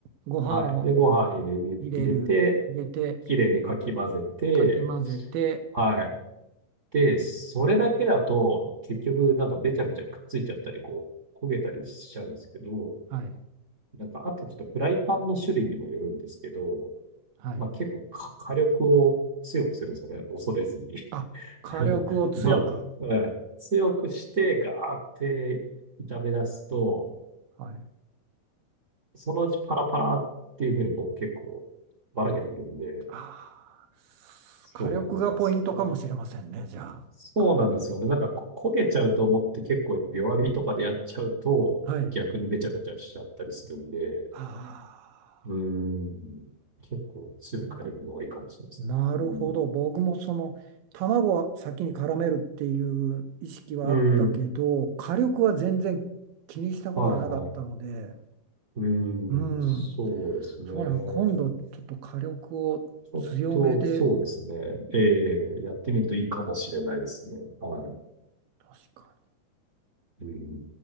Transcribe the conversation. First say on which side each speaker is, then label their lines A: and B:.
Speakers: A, on the right; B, on the right.
A: ご飯を
B: はい。で、ご飯入れ、
A: 入れる、
B: 入れて、
A: 入れて、
B: きれいにかき混ぜて、
A: かき混ぜて、
B: はい。で、それだけだと、結局なんかべちゃべちゃくっついちゃったり、こう、焦げたりしちゃうんですけど、
A: はい。
B: なんかあとちょっとフライパンの種類にもよるんですけど、
A: はい。
B: まあ結構火火力を強くするんですよね。恐れずに。
A: あ、火力を強く。
B: <laughs> まあ、うん強くして、ガーって炒め出すと、
A: はい
B: そのうちパラパラっていうふうにこう結構ばらけてくるんで、
A: あー火力がポイントかもしれませんね、
B: そう、なんかその、
A: じゃあ。
B: そうなんですよね。
A: 火力
B: なんかこ焦げちゃうと思って結構弱火とかでやっちゃうと逆にべちゃべちゃしちゃったりするんで、
A: はい。ああ、
B: うーん、結構強い火力の方がいいかもしれないですね。
A: 僕、なるほど。
B: うん。
A: 僕もその、卵は先に絡めるっていう意識はあったけど、
B: うん。
A: 火力は全然気にしたことがなかったので、
B: はいはい。うん、
A: うん、
B: そうですね。
A: そうなの、今度ちょっと火力を強めで、
B: ちょっと、そうですね。ええやってみるといいかもしれないですね。はい。
A: 確かに。
B: うん